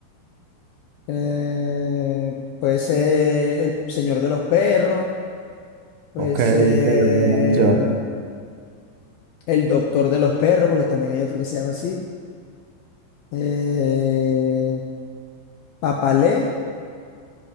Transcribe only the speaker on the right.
Ok,
ok, buena opción.